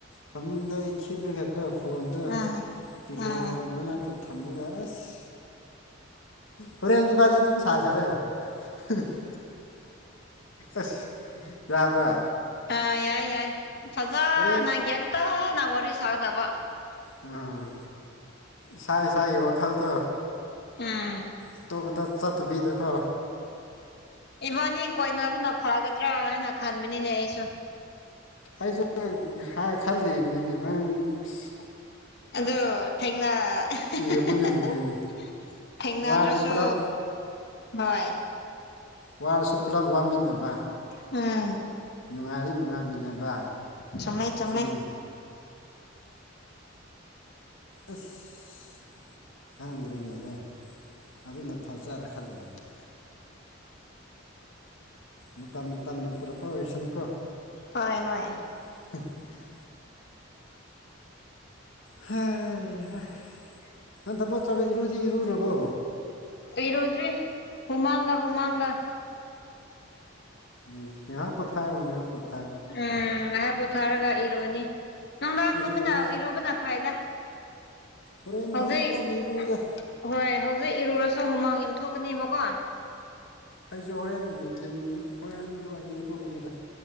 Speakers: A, on the left; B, on the left.
A: ꯐꯃꯨꯡꯗ ꯍꯤꯞꯔꯒꯀꯣ ꯐꯣꯟꯗꯣ
B: ꯑꯥ
A: ꯄꯤꯂꯣ
B: ꯑꯥ
A: ꯃꯅꯥꯛ ꯇꯥꯊꯝꯃꯒ ꯑꯁ ꯍꯣꯔꯦꯟ ꯏꯕꯥꯅꯤ ꯑꯗꯨꯝ ꯁꯥꯁꯦꯔꯥ? <unintelligible> ꯌꯥꯏꯅꯦ ꯑꯁ ꯌꯥꯕ꯭ꯔꯥ?
B: ꯑꯥ ꯌꯥꯏ ꯌꯥꯏ ꯐꯖꯟꯅ
A: ꯍꯣꯔꯦꯟ
B: ꯒꯌ꯭ꯥꯟ ꯇꯥꯅ ꯋꯥꯔꯤꯁꯥꯒꯗꯕ
A: ꯎꯝ ꯏꯁꯥ ꯏꯁꯥꯒꯤ ꯋꯥꯈꯜꯇꯣ
B: ꯎꯝ
A: ꯑꯇꯣꯞꯄꯇ ꯆꯠꯇꯕꯤꯗꯀꯣ
B: ꯏꯕꯟꯅꯤ ꯀꯣꯏꯅꯕꯅ ꯐꯥꯒꯗ꯭ꯔꯥ ꯍꯥꯏꯅ ꯈꯟꯕꯅꯤꯅꯦ ꯑꯩꯁꯨ
A: ꯑꯩꯁꯨ ꯍꯥꯏ ꯈꯜꯂꯤꯕꯅꯤꯅꯦ ꯅꯪꯁ
B: ꯑꯗꯨ ꯊꯦꯡꯅ <unintelligible>
A: ꯌꯦꯡꯕ ꯉꯝꯗ꯭ꯔꯤꯅꯦ
B: ꯊꯦꯡꯅꯗ꯭ꯔꯁꯨ
A: ꯋꯥꯔꯗꯤ ꯄꯨꯂꯞ
B: ꯍꯣꯏ
A: ꯋꯥꯔꯁꯨ ꯄꯨꯂꯞ ꯋꯥꯃꯤꯟꯅꯕ ꯕꯥ
B: ꯎꯝ
A: ꯅꯨꯡꯉꯥꯏꯔꯗꯤ ꯅꯨꯡꯉꯥꯏ ꯃꯤꯟꯅꯕ
B: ꯆꯨꯝꯃꯦ ꯆꯨꯝꯃꯦ
A: ꯁꯤꯅꯤ ꯑꯁ ꯈꯪꯗ꯭ꯔꯦꯅꯦꯍꯦ ꯑꯗꯨꯅ ꯐꯖꯥꯔꯥ ꯈꯜꯂꯤꯕꯅꯤꯅꯦ ꯃꯇꯝ ꯃꯇꯝꯅ ꯄꯨꯔꯛꯄ ꯑꯣꯏꯁꯅꯨꯀꯣ
B: ꯍꯣꯏ ꯍꯣꯏ
A: <unintelligible> ꯍꯥꯏꯍꯥ ꯅꯪ ꯊꯕꯛ ꯆꯠꯕ ꯏꯔꯨꯗꯤ ꯏꯔꯨꯔꯕꯣ?
B: ꯏꯔꯨꯗ꯭ꯔꯤ ꯍꯨꯃꯥꯡꯒ ꯍꯨꯃꯥꯡꯒ
A: ꯎꯝ ꯉꯥꯏꯍꯥꯛ ꯄꯣꯊꯥꯎ ꯉꯥꯏꯍꯥꯛ ꯄꯣꯊꯥꯎ
B: ꯎꯝ ꯉꯥꯏꯍꯥꯛ ꯄꯨꯊꯥꯔꯒ ꯏꯔꯨꯅꯤ, ꯅꯨꯡꯗꯥꯡꯒꯨꯝꯕꯅ
A: ꯑꯩꯁꯨ ꯏꯔꯨ
B: ꯏꯔꯨꯕꯅ ꯐꯩꯗ
A: ꯍꯣꯔꯦꯟ
B: ꯍꯧꯖꯤꯛ
A: ꯍꯧꯔꯦꯟ ꯇꯞꯅ ꯏꯔꯨꯎꯗꯥ
B: ꯍꯣꯏ ꯍꯧꯖꯤꯛ ꯏꯔꯨꯔꯁꯨ ꯍꯨꯃꯥꯡ ꯌꯥꯝ ꯊꯣꯛꯀꯅꯤꯕꯀꯣ
A: ꯑꯩꯖꯨ ꯍꯧꯔꯦꯟ ꯅꯨꯡꯊꯤꯟ ꯍꯣꯔꯦꯟ ꯑꯗꯨꯋꯥꯏꯗ ꯏꯔꯨꯒꯅꯤꯗꯥ꯫